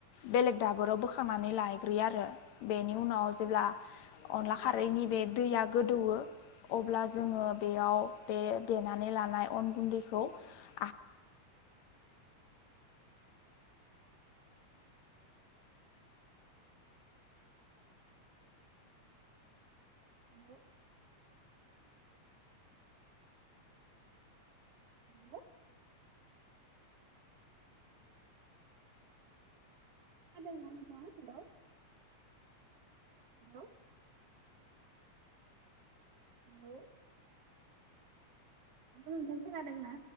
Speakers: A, on the left; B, on the right.
A: बेलेग दाबोराव बोखांनानै ला ग्रोयो आरो बेनि उनाव जेब्ला अनला खारैनि बे दैया गोदौवो अब्ला जोङो बेयाव बे देनानै लानाय अन गुन्दैखौ आ
B: हेलौ हेलौ खोनादोंं ना नोंथाङा? हेलौ हेलौ हेलौ हेलौ नोंथां खोनादों ना?